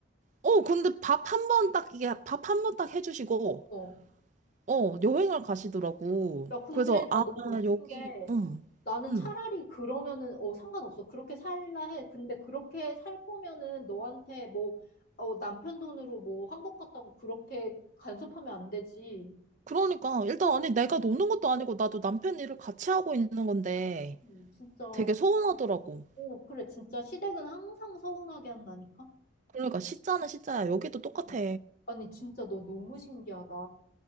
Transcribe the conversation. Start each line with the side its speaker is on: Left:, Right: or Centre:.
Right: 어, 근데 밥 한 번 딱, 이게 밥 한 번 딱 해주시고,
Left: 어.
Right: 어, 여행을 가시더라고.
Left: 야, 근데
Right: 그래서,
Left: 나
Right: 아,
Left: 너무 웃긴
Right: 여기,
Left: 게
Right: 음,
Left: 나는
Right: 음.
Left: 차라리 그러면은 어, 상관없어. 그렇게 살라 해. 근데 그렇게 살 거면은 너한테 뭐, 어, 남편 돈으로 뭐 한국 갔다고 그렇게 간섭하면 안 되지.
Right: 그러니까, 일단,
Left: 어, 어,
Right: 아니, 내가 노는 것도 아니고, 나도 남편
Left: 어.
Right: 일을 같이 하고 있는 건데,
Left: 음, 진짜.
Right: 되게 서운하더라고.
Left: 오, 그래. 진짜 시댁은 항상 서운하게 한다니까?
Right: 그러니까, 시자는 시자야. 여기도 똑같아.
Left: 음. 아니, 진짜 너 너무 신기하다.